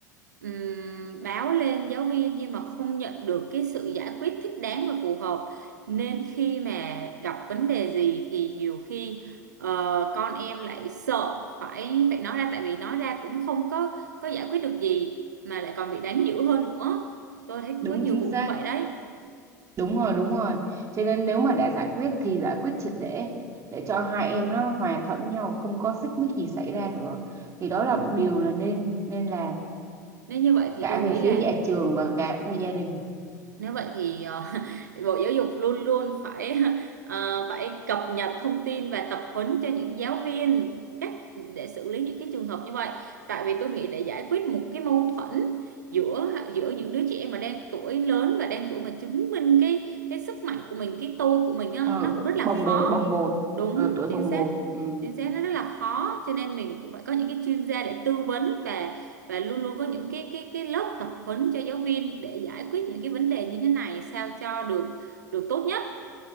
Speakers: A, on the right; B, on the right.
A: ừm, báo lên giáo viên nhưng mà không nhận được cái sự giải quyết thích đáng và phù hợp nên khi mà gặp vấn đề gì thì nhiều khi ờ, con em lại sợ phải phải nói ra tại vì nói ra cũng không có có giải quyết được gì mà lại còn bị đánh dữ hơn nữa tôi thấy cũng
B: đúng
A: có nhiều
B: chính
A: vụ
B: xác
A: như vậy đấy
B: đúng rồi đúng rồi cho nên nếu mà đã giải quyết thì giải quyết triệt để để cho hai em nó hòa thuận với nhau không có xích mích gì xảy ra nữa thì đó là điều là nên nên làm
A: nên như vậy thì
B: cả
A: tôi
B: về
A: nghĩ
B: phía
A: là
B: nhà trường và cả về gia đình
A: Nếu vậy thì ờ, <laughs> Bộ Giáo dục luôn luôn phải <laughs> ờ, phải cập nhật thông tin và tập huấn cho những giáo viên cách để xử lý những cái trường hợp như vậy. Tại vì tôi nghĩ để giải quyết một cái mâu thuẫn giữa giữa những đứa trẻ mà đang tuổi lớn và đang tuổi mà chứng minh cái cái sức mạnh của mình, cái tôi của mình á,
B: ờ,
A: nó cũng rất là
B: bồng
A: khó.
B: bột bồng bột
A: Đúng,
B: ờ, tuổi bồng
A: chính
B: bột
A: xác.
B: ừ.
A: Chính xác nó rất là khó cho nên mình cũng phải có những cái chuyên gia để tư vấn và và luôn luôn có những cái cái cái lớp tập huấn cho giáo viên để giải quyết những cái vấn đề như thế này sao cho được được tốt nhất